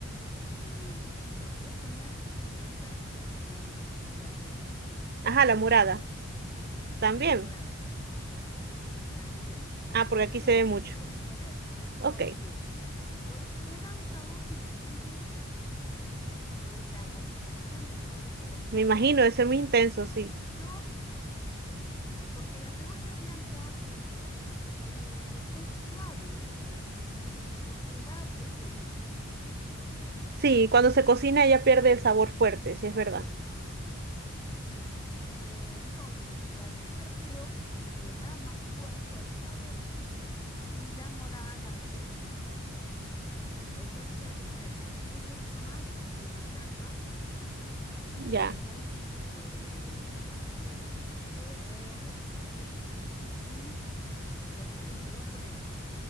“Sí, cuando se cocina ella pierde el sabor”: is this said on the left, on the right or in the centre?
Right